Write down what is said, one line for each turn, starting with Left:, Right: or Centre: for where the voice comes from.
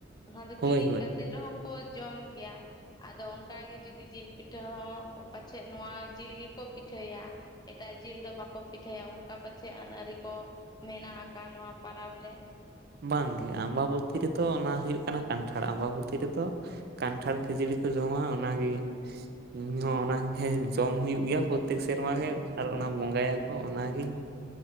Left: ᱚᱱᱟ ᱫᱚ
Right: ᱦᱳᱭ
Left: ᱠᱤᱨᱤᱧ
Right: ᱦᱳᱭ
Left: ᱠᱟᱛ ᱛᱮᱜ ᱨᱮᱦᱚᱸ ᱠᱚ ᱡᱚᱢ ᱜᱮᱭᱟ᱾ ᱟᱫᱚ ᱚᱱᱠᱟ ᱜᱮ ᱡᱩᱫᱤ ᱡᱤᱞ ᱯᱤᱴᱷᱟᱹ ᱦᱚᱸ ᱯᱟᱪᱷᱮᱜ ᱱᱚᱣᱟ ᱡᱤᱞ ᱜᱮᱠᱚ ᱯᱤᱴᱷᱟᱹᱭᱟ᱾ ᱮᱴᱟᱜ ᱡᱤᱞ ᱫᱚ ᱵᱟᱠᱚ ᱯᱤᱴᱷᱟᱹᱭᱟ ᱚᱱᱠᱟ ᱯᱟᱪᱮᱜ ᱟᱹᱱ-ᱟᱹᱨᱤ ᱠᱚ ᱢᱮᱱᱟᱜ ᱟᱠᱟᱜ ᱱᱚᱣᱟ ᱯᱟᱨᱟᱵᱽ ᱨᱮ᱾
Right: ᱵᱟᱝ ᱜᱮ ᱟᱢᱵᱟᱵᱩᱛᱤ ᱨᱮᱫᱚ ᱚᱱᱟ ᱦᱩᱭᱩᱜ ᱠᱟᱱᱟ ᱠᱟᱱᱴᱷᱟᱲ ᱟᱢᱵᱟᱵᱩᱛᱤ ᱨᱮᱫᱚ ᱠᱟᱱᱴᱷᱟᱲ ᱠᱷᱟᱹᱡᱟᱹᱲᱤ ᱠᱚ ᱡᱚᱢᱟ ᱚᱱᱟ ᱜᱤ ᱤᱧ ᱦᱚᱸ ᱚᱱᱟ ᱜᱮ ᱦᱮᱸ ᱡᱚᱢ ᱦᱩᱭᱩᱜ ᱜᱮᱭᱟ ᱯᱚᱨᱛᱮᱠ ᱥᱮᱨᱢᱟ ᱜᱮ ᱟᱨ ᱚᱱᱟ ᱵᱚᱸᱜᱟ ᱭᱟᱠᱚ ᱚᱱᱟ ᱜᱤᱧ